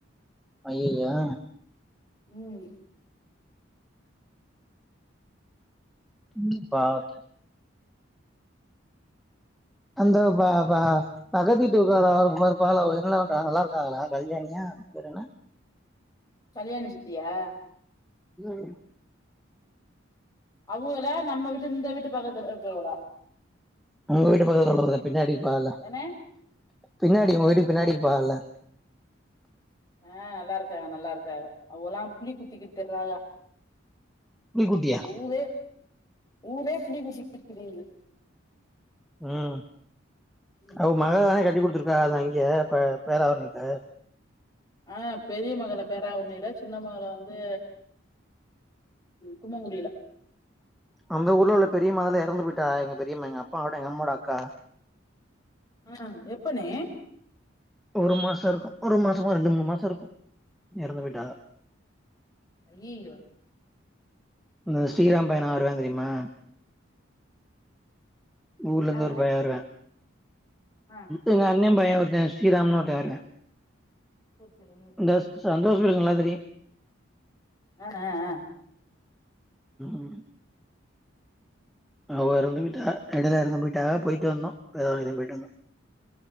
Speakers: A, in the centre; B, on the left (about 20°).
A: அய்யய்யோ
B: ம்
A: ம் பாத் அந்த பா பா பக்கத்து வீட்டு <unintelligible> இருப்பாங்ல்ல அவுங்க என்ன பண்றா நல்லா இருக்காங்களா கல்யாணியா பேரு என்ன
B: கல்யாணி சித்தியா
A: ம்
B: அவுகளா நம்ம வீட்டு இந்த வீட்டு பக்கத்துல இருக்கவுளா
A: உங்க வீட்டு பக்கதுல உள்ளவகதா பின்னாடி இருப்பாகல்ல
B: ஏனே
A: பின்னாடி உங்க வீட்டுக்கு பின்னாடி இருப்பாகல்ல
B: ஆ நல்லாயிருகாக நல்லாயிருகாக அவுகலா புலி குத்திகிட் திர்றாயா
A: புலிக்குட்டியா
B: ஊரே ஊரே புலி குத்திக்கிட் திரியிது
A: ம்
B: ம்
A: அவ மகதான கட்டி குடுத்துருக்கா அத அங்க பேராவுருணில
B: ஆ பெரிய மகள பேராவுரிணில சின்ன மகள வந்து கும்மங்குடில
A: அந்த ஊர்ல உள்ள பெரிம்மா தால எறந்து போயிட்டாக எங்க பெரியம்மா எங்க அப்பா அட எங்க அம்மாவோட அக்கா
B: ஆ எப்பண்ணே
A: ஒரு மாச இருக்கு ஒரு மாசமோ ரெண்டு மூணு மாச இருக்கு எறந்து போயிட்டாங்க
B: ஐய்யியோ
A: இந்த ஸ்ரீராம் பையனா வருவான் தெரிமா ஊர்லந்து
B: ஆ
A: ஒரு பைய வருவான்
B: ஆ
A: எங்க அண்ண பைய ஒருத்த ஸ்ரீராம்னு ஒருத்த வருவான்
B: <unintelligible>
A: இந்த சந்தோஷ் பையலுக்கு நல்லா தெரியு
B: ஆ ஆ ஆ
A: ம் அவ எறந்து பேய்ட்டா அங்கதா எறந்து பேய்ட்டா போய்ட்டு வந்தோ <unintelligible> போயட்டு வந்தோ